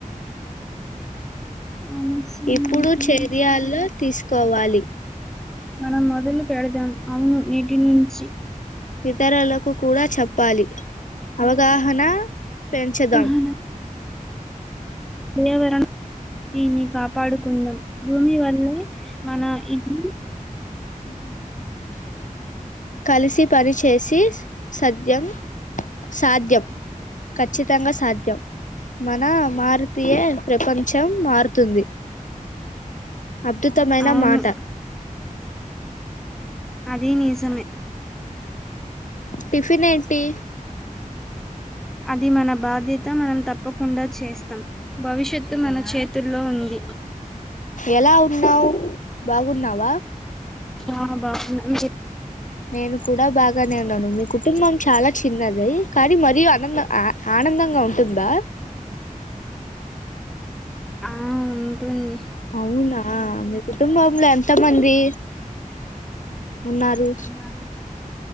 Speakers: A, in the centre; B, on the left.
A: ఆలస్యం
B: ఇప్పుడు
A: అయితే
B: చేర్యాల్లో తీస్కోవాలి
A: మనం మొదలు పెడదాం ఔను నీటి నుంచి
B: ఇతరలకు కూడా చెప్పాలి అవగాహన పెంచదాం
A: అవగాహన పర్యావరణ దీన్ని కాపాడుకుందాం భూమి వల్లే మన ఇదీ
B: <unintelligible> కలిసి పని చేసి స్ సధ్యం సాధ్యం ఖచ్చితంగా సాధ్యవ్ మన మారుతీయ ప్రపంచం మార్ తుంది అద్దుతమైనా
A: అవును
B: మాట
A: అదీ నీజమే
B: టిఫినేంటి
A: అది మన బాధ్యత మనం తప్పకుండా చేస్తా భవిష్యత్తు మన చేతుల్లో ఉంది
B: ఎలా ఉన్నావు బాగున్నావా
A: ఆ బావున్నా మీర్
B: నేను కూడా బాగానే ఉన్నాను మీ కుటుంబం చాలా చిన్నది కానీ మరీ అనంద ఆ ఆనందంగా ఉంటుందా
A: ఆ ఉంటుంది
B: అవునా మీ కుటుంబంలో ఎంత మంది ఉన్నారు
A: ఉన్నారు